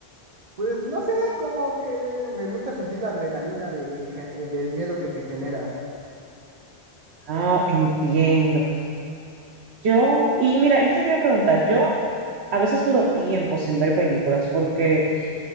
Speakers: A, on the right; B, on the right.
A: Pues no sé, como que me gusta sentir la adrenalina del, gen- eh, del miedo que te genera.
B: Ah, entiendo. Yo, y mira, yo te quería preguntar, yo a veces duro tiempo sin ver películas porque